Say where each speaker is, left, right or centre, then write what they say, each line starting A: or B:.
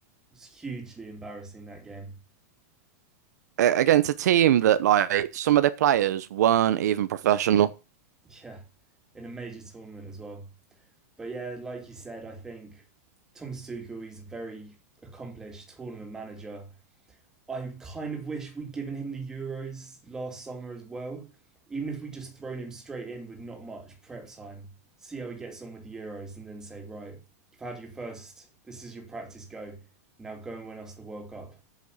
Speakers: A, in the centre; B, on the right (about 80°).
A: it's hugely embarrassing that game.
B: A- Against a team that, like, some of their players weren't even professional.
A: Yeah, in a major tournament as well. But yeah, like you said, I think Thomas Tuchel he's a very accomplished tournament manager. I kind of wish we'd given him the Euros last summer as well. Even if we just thrown him straight in with not much prep time, see how he gets on with the Euros, and then say, right, you've had your first. This is your practice go. Now go and win us the World Cup.